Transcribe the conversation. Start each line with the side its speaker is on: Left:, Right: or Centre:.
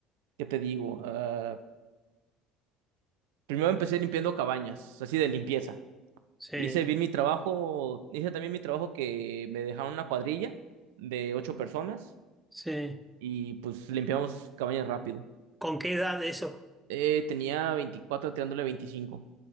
Right: ¿qué te digo? Ah, primero empecé limpiando cabañas, así de limpieza.
Centre: Sí,
Right: Hice bien mi trabajo, hice también mi trabajo que me dejaron una cuadrilla de ocho personas
Centre: sí.
Right: y pues limpiamos cabañas rápido.
Centre: ¿Con qué edad eso?
Right: Eh, tenía 24 tirándole veinticinco